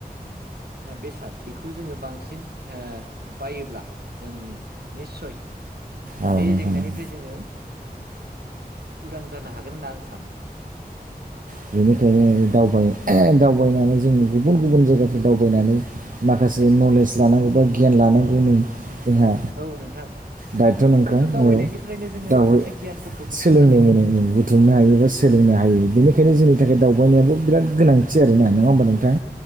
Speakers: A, on the right; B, on the right.
A: बेसाद बेखौ जोङो बांसिन बायोब्ला जों निस्सय
B: औ
A: बे
B: नोंथां
A: जेंनानिफ्राय
B: औ
A: जोङो उदां जानो हागोन होनना आं सानो
B: बेनिखायनो दावबाय दावबायनानै जोंङ गुबुन गुबुन जायगाफोर दावबायनानै माखासे नलेज लानांगौ बा गियान लानांगौ नों जोंहा
A: औ नोंथां
B: दायथ' नोंथां
A: बेफोर दावबायनायनिफ्रायनो
B: औ
A: जोङो
B: दावहै
A: माखासे गियानफोरखौ बुथुमनो
B: सोलोंनो
A: हायो
B: मोनो बुथुमनो हायो बा सोलोंनो हायो बिदिनो बेखायनो जोंनि थाखाय दावबायनायाबो बिराद गोनांथि आरो ना नङा होमबा नोंथां